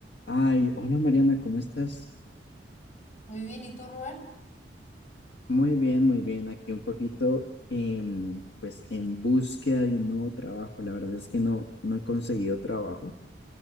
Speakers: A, on the left; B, on the left.
A: Ay, hola Mariana, ¿cómo estás?
B: Muy bien, ¿y tú, Rubén?
A: Muy bien, muy bien. Aquí un poquito, em, pues en búsqueda de un nuevo trabajo. La verdad es que no, no he conseguido trabajo,